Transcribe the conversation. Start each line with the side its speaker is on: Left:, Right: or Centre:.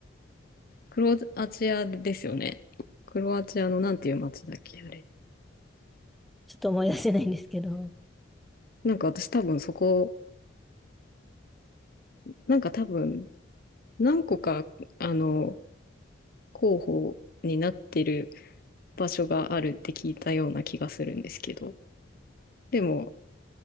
Left: クロアチアですよね。クロアチアのなんていう街だっけ、あれ。
Centre: ちょっと思い出せないんですけど。
Left: なんか私多分そこ、なんか多分何個か、あの、候補になってる場所があるって聞いたような気がするんですけど。でも、